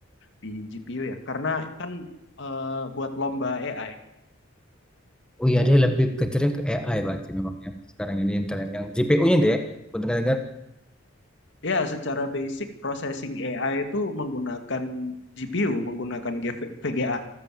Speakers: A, on the left; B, in the centre.
A: di GPU ya. Karena kan eh, buat lomba AI.
B: Oh iya dia lebih kejarnya ke AI berarti memang ya sekarang ini internet yang GPU-nya dia aku dengar-dengar
A: Ya, secara basic processing AI itu menggunakan GPU, menggunakan GV VGA.